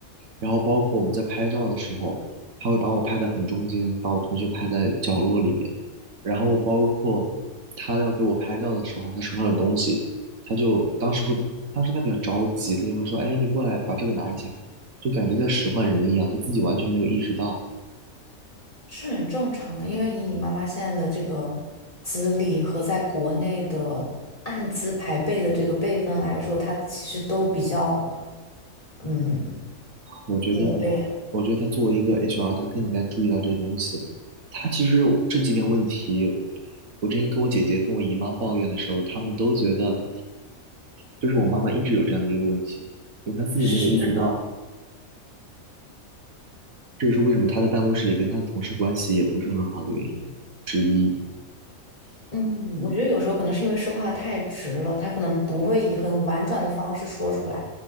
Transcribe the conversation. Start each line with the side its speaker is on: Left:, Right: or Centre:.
Right: 然后包括我们在拍照的时候，他会把我拍得很中间，把我同学拍在角落里面。然后包括他要给我拍照的时候，他手上有东西，他就当时会，当时他比较着急，他就会说：“哎，你过来把这个拿一下。”就感觉在使唤人一样，他自己完全没有意识到。
Left: 是很正常的。因为以你妈妈现在的这个资历和在国内的按资排辈的这个辈分来说，她其实都比较嗯
Right: 我觉得，
Left: 老辈了。
Right: 我觉得他作为一个 HR，他更应该注意到这些东西。他其实这几点问题，我之前跟我姐姐、跟我姨妈抱怨的时候，他们都觉得就是我妈妈一直有这样的一个问题，就是她自己没有意识到，
Left: 是的，
Right: 这就是为什么她在办公室里跟她的同事关系也不是很好的原因之一。
Left: 嗯，我觉得有时候可能是因为说话太直了，他可能不会以很婉转的方式说出来，